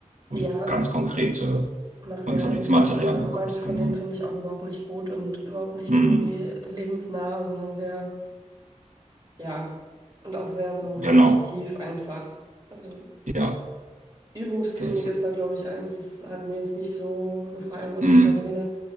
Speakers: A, on the right; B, on the right.
A: wo
B: Ja,
A: du ganz konkrete
B: Materialienkreis,
A: Unterrichtsmaterial
B: aber
A: bekommst,
B: manche von
A: genau.
B: denen finde ich auch überhaupt nicht gut und überhaupt nicht
A: Hm,
B: irgendwie lebensnah, sondern sehr, ja, und auch sehr so repetitiv
A: genau.
B: einfach. Also
A: Ja,
B: Übungskönig
A: das.
B: ist da, glaube ich, eins. Das hat mir jetzt nicht so gefallen, was
A: Hm.
B: ich da gesehen habe.